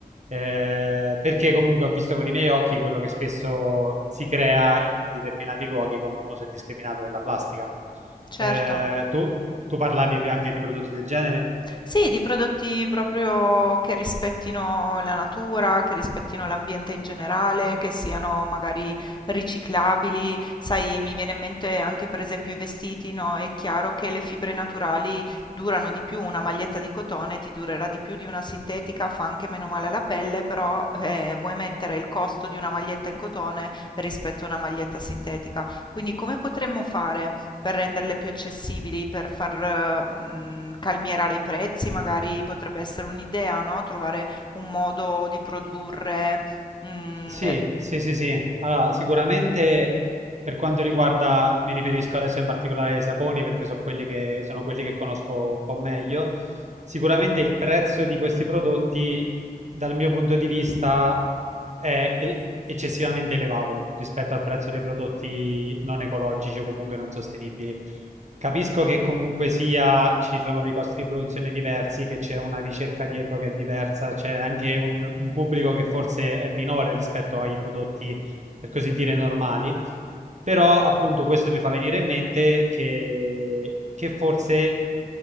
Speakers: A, on the right; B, on the left.
A: eh, perché comunque ho visto con i miei occhi quello che spesso si crea in determinati luoghi con un uso indiscriminato della plastica.
B: certo.
A: Eh, tu, tu parlavi anche di prodotti del genere?
B: Sì, di prodotti proprio che rispettino la natura, che rispettino l'ambiente in generale, che siano magari riciclabili. Sai, mi viene in mente anche per esempio i vestiti, no? È chiaro che le fibre naturali durano di più, una maglietta di cotone ti durerà di più di una sintetica, fa anche meno male alla pelle, però eh, vuoi mettere il costo di una maglietta in cotone rispetto a una maglietta sintetica. Quindi come potremmo fare? per renderle più accessibili, per far, mhmm, calmierare i prezzi, magari potrebbe essere un'idea, no, trovare un modo di produrre, mhmm
A: Sì, sì, sì, sì. Allora, sicuramente per quanto riguarda, mi riferisco adesso in particolare ai saponi perché so quelli che, sono quelli che conosco un po' meglio. Sicuramente il prezzo di questi prodotti, dal mio punto di vista, è e- eccessivamente elevato rispetto al prezzo dei prodotti non ecologici o comunque non sostenibili. Capisco che comunque sia ci sono dei costi di produzione diversi, che c'è una ricerca dietro che è diversa, c'è anche un, un pubblico che forse è minore rispetto ai prodotti, per così dire, normali. Però appunto questo mi fa venire in mente che, che forse